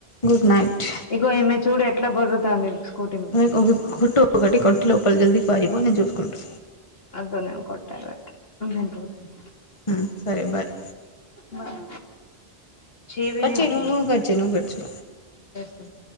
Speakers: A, on the left; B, on the left.
A: గుడ్ నైట్
B: ఇగో ఈమె చూడు ఎట్లా బొర్రుతాంది స్కూటీ మీద
A: హాయ్ ఒకట్ ఒకటో ఒకటి కొట్టి లోపల్ జల్దీ పారిపో నేన్ చూసుకుంటా.
B: అద్దు నేన్ కొట్టలేను. నేన్ పోతున్నా
A: ఊ సరే బాయ్
B: బాయ్. ఛెయ్యి మీదనే
A: కట్ చేయి
B: కొడుతం
A: నువ్వు నువ్వు
B: ఆగు.
A: కట్ చేయి నువ్వు కట్ చేయి
B: ఏం చేస్తున్